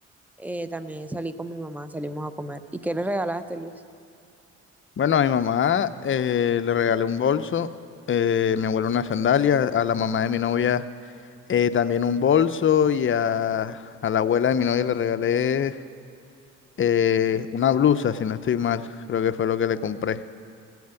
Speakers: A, in the centre; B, on the left.
A: eh, también salí con mi mamá, salimos a comer. ¿Y qué le regalaste, Luis?
B: Bueno, a mi mamá eh, le regalé un bolso, eh, mi abuelo una sandalia, a la mamá de mi novia eh, también un bolso y a, a la abuela de mi novia le regalé eh, una blusa, si no estoy mal, creo que fue lo que le compré.